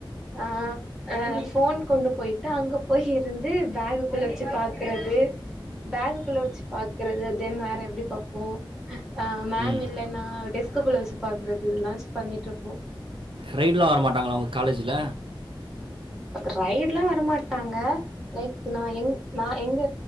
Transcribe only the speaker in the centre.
ஆ ஆ போன் கொண்டு போயிட்டு அங்க போய் இருந்து பேக்குகுள்ள வச்சு பாக்குறது பேகுக்குள்ள வச்சு பாக்றது தென் வேற எப்டி பாப்போ ஆ மேம்
இல்லனா டெஸ்க்குக்குள்ள வச்சு பாக்றது இதெல்லா பண்ணிட்ருப்போ
ரைடுல்லா வரமாட்டாங்க லைக் நா எங் நா எங்க